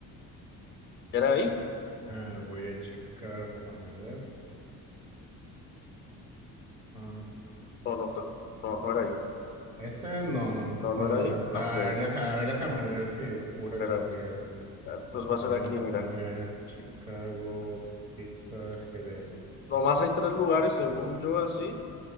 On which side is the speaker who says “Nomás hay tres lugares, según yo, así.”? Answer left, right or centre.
Left